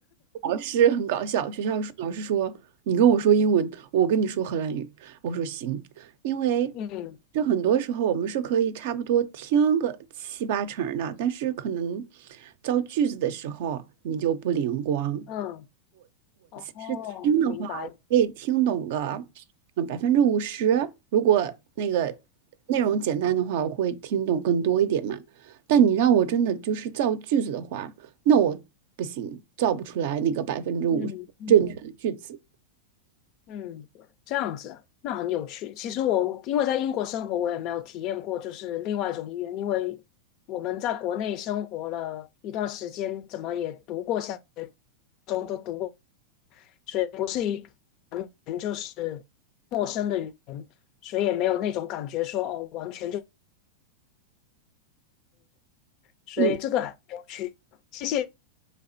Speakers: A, on the right; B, on the left.
A: 老师很搞笑，学校说老师说你跟我说英文，我跟你说荷兰语。我说行，因为
B: 嗯
A: 就很多时候我们是可以差不多听个七八成儿的，但是可能造句子的时候你就不灵光。
B: 嗯，哦，哦，
A: 是听的话，
B: 明白，
A: 我可以听懂个呃百分之五十。如果那个内容简单的话，我会听懂更多一点嘛。但你让我真的就是造句子的话，那我不行，造不出来那个百分之五十正确的句子。
B: 嗯嗯嗯，这样子啊，那很有趣。其实我因为在英国生活，我也没有体验过就是另外一种语言，因为我们在国内生活了一段时间，怎么也读过小学、初中都读过，所以不是一是陌生的语言，所以也没有那种感觉说哦，完全就，所以这个很有趣。
A: 嗯，
B: 谢谢。